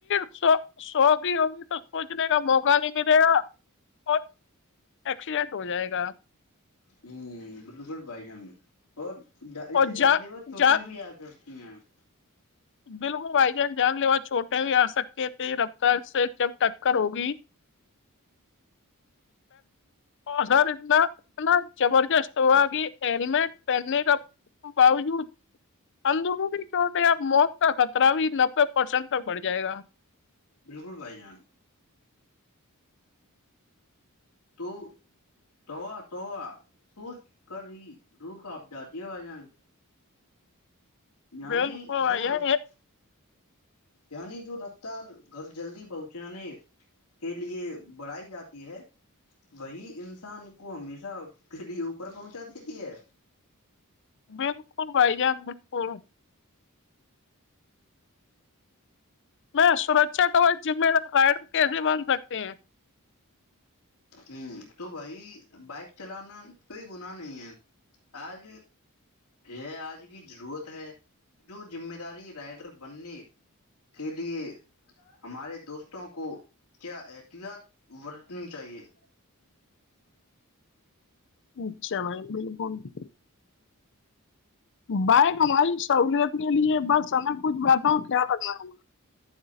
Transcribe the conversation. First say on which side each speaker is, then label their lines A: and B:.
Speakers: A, on the left (about 55°); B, on the left (about 85°).
A: سو سوگی ہوگی تو سوچنے کا موقع نہیں ملے گا اور ایکسیڈینٹ ہو جائے گا <unintelligible>
B: ہوں بالکل بھائی جان اور <unintelligible> اسے
A: اور جان
B: ڈالنے بعد چوٹے
A: جان
B: بھی آ کر ہ <unintelligible>
A: بالکل بھائی جان جان لیوا چھوٹے بھی آ سکتے تھے رفتار سے جب ٹککر ہوگی اسر اتنا اتنا زبردست ہوا کہ ہیلمٹ پہننے کا باوجود اندرونی چوٹ یا موت کا خطرہ بھی نبے پرسینٹ تک بڑھ جائے گا <unintelligible>
B: بالکل بھائی جان تو توا- توا سوچ کر ہی رو آپ ج دے ب جان- جانی
A: بالکل بھائی
B: دوورپ-
A: جان، یہ
B: یعنی جو رفتار گھر جلدی پہنچانے کے لیے بڑھائی جاتی ہے وہی انسان کو ہمیشہ کے لیے اوپر پہنچا دیتی ہے-
A: بالکل بھائی جان بالکل میں سرچا ٹ جمہ دار رائڈر کیسے بن سکتے ہیں
B: ہ تو بھائی بائک چلانا کوئی گنااہ نہیں ہے آج یہ آج کی ضرورت ہے جو ذمہ داری رائڈر بننے کے لیے ہمارے دوستوں کو کیا احتیاط برتنی چاہیے-
A: اچھا نہیں م فون <unintelligible> بائک ہماری سہوولت کے لیے بس ہمیں کچھ بتاا ہوں کیا لگناا ہے ہم